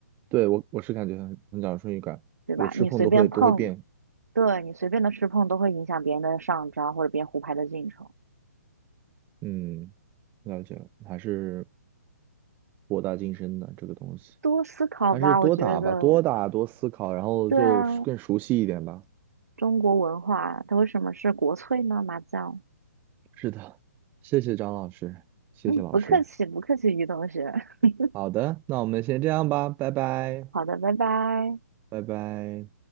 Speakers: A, on the right; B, on the right.
A: 对我我是感觉很很讲顺序感，
B: 对吧？
A: 有吃碰都会都会变。
B: 你随便碰。对你随便的吃碰都会影响别人的上招或者别人胡牌的进程。
A: 嗯，了解了还是博大精深的这个东西，
B: 多思考吧，
A: 还是多打吧，
B: 我觉得。
A: 多打多思考，然后就是更熟悉一点吧。
B: 对啊，中国文化它为什么是国粹呢？麻将。
A: 是的，谢谢张老师，谢谢老师。
B: 嗯，不客气，不客气，于同学。<laughs>
A: 好的，那我们先这样吧，拜拜，
B: 好的，拜拜。
A: 拜拜。